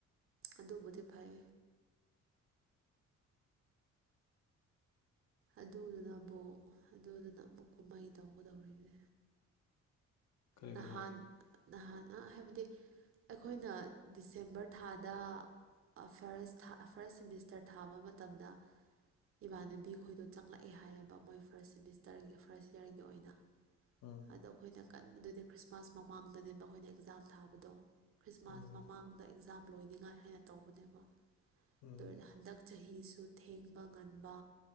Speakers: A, on the right; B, on the left.
A: ꯑꯗꯨꯕꯨꯗꯤ ꯐꯩ ꯑꯗꯨꯗꯨꯅꯕꯨ ꯑꯗꯨꯗꯨꯅ ꯑꯃꯨꯛ ꯀꯨꯝꯍꯩ ꯇꯧꯒꯗꯧꯔꯤꯕꯅꯦ
B: ꯀꯔꯤ
A: ꯅꯍꯥꯟ
B: ꯀꯃꯥꯏ
A: ꯅꯍꯥꯟ ꯑ ꯍꯥꯏꯕꯗꯤ ꯑꯩꯈꯣꯏꯅ ꯗꯤꯁꯦꯝꯕꯔ ꯊꯥꯗ ꯑ ꯐꯔꯁ ꯑ ꯐꯥꯔꯁ ꯁꯦꯃꯤꯁꯇꯔ ꯊꯥꯕ ꯃꯇꯝꯗ ꯏꯕꯥꯅꯕꯤ ꯈꯣꯏꯗꯣ ꯆꯪꯂꯛꯑꯦ ꯍꯥꯏꯌꯦꯕ ꯃꯣꯏ ꯐꯥꯔꯁ ꯁꯦꯃꯤꯁꯇꯔꯒꯤ ꯐꯥꯔꯁ ꯌꯥꯔꯒꯤ ꯑꯣꯏꯅ
B: ꯎꯝ
A: ꯑꯗꯣ ꯑꯩꯈꯣꯏꯅ ꯀꯟꯕꯗꯨꯗꯤ ꯈ꯭ꯔꯤꯁꯃꯥꯁ ꯃꯃꯥꯡꯗꯅꯦꯕ ꯑꯩꯈꯣꯏꯅ ꯑꯦꯛꯖꯥꯝ ꯊꯥꯕꯗꯣ ꯈ꯭ꯔꯤꯁꯃꯥꯁ
B: ꯎꯝ
A: ꯃꯃꯥꯡꯗ ꯑꯦꯛꯖꯥꯝ ꯂꯣꯏꯅꯤꯉꯥꯏ ꯍꯥꯏꯅ ꯇꯧꯕꯅꯦꯕ
B: ꯎꯝ
A: ꯑꯗꯨ ꯑꯣꯏꯔꯗꯤ ꯍꯟꯗꯛ ꯆꯍꯤꯁꯨ ꯊꯦꯡꯕ ꯉꯟꯕ